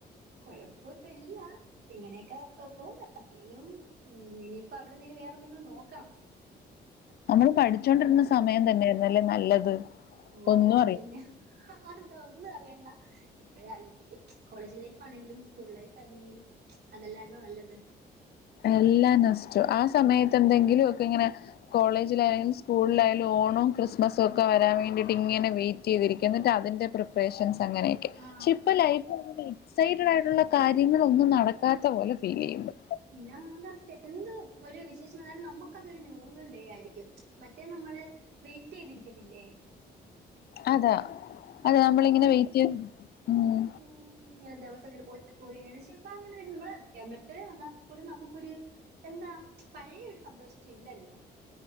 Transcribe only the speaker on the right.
കൊഴപ്പ ഇല്ല ഇങ്ങനെയക്ക പോവുന്നു എങ്കിലും ഇനിയിപ്പ അവിടെന്ന് ഇനി വേറെ എന്തെങ്കിലും നോക്കണം
ഓഹ്
അത്
തന്ന വേണ്ട ഇപ്പോഴാ <unintelligible> കോളേജ് ലൈഫ് ആണെങ്കിലും സ്കൂൾ ലൈഫ് ആയിരുന്നെങ്കിലും അതല്ലാരുന്ന നല്ലത്
ആ
പിന്ന <unintelligible> എന്ത് ഒരു വിശേഷം വന്നാലും നമ്മുക്ക് അതൊരു നോർമൽ ഡേ ആയിരിക്കും മറ്റേ നമ്മള് വെയിറ്റ് ചെയ്തിരിക്കത്തില്ലേ
ഇപ്പൊ
അങ്ങനെ
ഉം ഇങ്ങനെ <unintelligible> <unintelligible> അങ്ങനെ ഒരു നമ്മളെ ബർത്ത്ഡേ വന്നാൽ പോലും നമുക്കൊരു എന്താ പഴയ ഒരു സന്തോഷ ഇല്ലല്ലോ